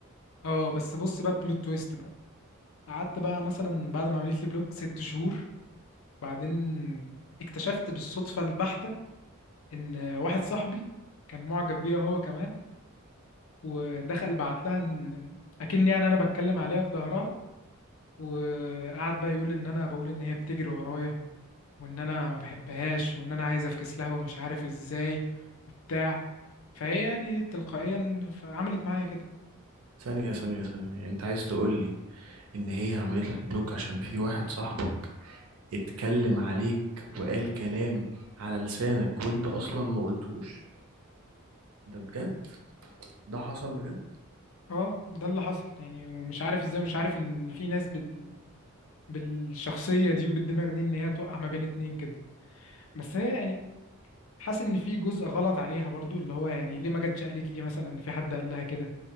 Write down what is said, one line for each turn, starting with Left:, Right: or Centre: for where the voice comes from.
Left: اه بس بص بقى بلوت تويست بقى قعدت بقى مثلا بعد ما عملت لي بلوك ست شهور بعدين اكتشفت بالصدفة البحتة إن واحد صاحبي كان معجب بيها هو كمان ودخل بعت لها إن إن- أكن يعني أنا بتكلم عليها في ظهرها وقعد بقى يقول إن أنا بقول إن هي بتجري ورايا وإن أنا ما بحبهاش وإن أنا عايز أفكس لها ومش عارف إزاي وبتاع فهي يعني تلقائيا عملت معايا كده
Right: ثانية ثانية ثانية يعني انت عايز تقول لي ان هي عملت لك بلوك عشان في واحد صاحبك اتكلم عليك وقال كلام على لسانك وانت اصلا ما قلتوش ده بجد ده حصل بجد
Left: اه ده اللي حصل يعني ومش عارف ازاي مش عارف ان في ناس بال... بالشخصية دي وبالدماغ دي ان هي توقع ما بين اتنين كده بس هي يعني حاسس ان في جزء غلط عليها برضو اللي هو يعني ليه ما جاتش قالت لي مثلا ان في حد قال لها كده